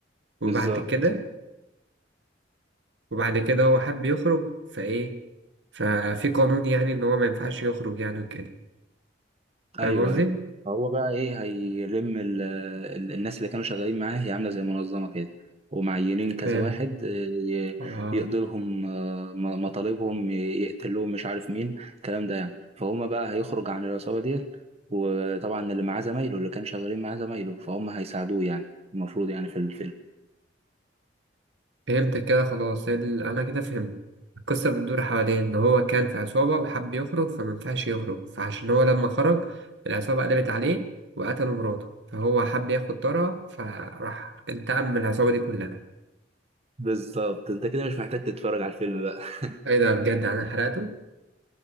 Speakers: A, on the right; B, on the right.
A: وبعد
B: بالظبط
A: كده وبعد كده هو حب يخرج فايه ففي قانون يعني ان هو ما ينفعش يخرج يعني وكده
B: ايوه
A: فاهم قصدي؟
B: ايوه هو بقى ايه هيلم ال ال الناس اللي كانوا شغالين معاه هي عامله زي منظمه كده ومعينين كذا
A: فهمت
B: واحد آه، ي-
A: اه
B: يقضي لهم آه، م- مطالبهم ي- يقتل لهم مش عارف مين الكلام ده يعني فهم بقى هيخرج عن العصابه ديت وطبعا اللي معاه زمايله اللي كانوا شغالين معاه زمايله فهم هيساعدوه يعني المفروض يعني في الفيلم
A: فهمتك كده خلاص هي ال- انا كده فهمت القصه بتدور حوالين ان هو كان في عصابه وحب يخرج فما ينفعش يخرج فعشان هو لما خرج العصابه قلبت عليه وقتلوا مراته فهو حب ياخد طارها فراح انتقم من العصابه دي كلها
B: بالظبط انت كده مش محتاج تتفرج على الفيلم بقى <laughs>
A: ايه ده بجد انا حرقته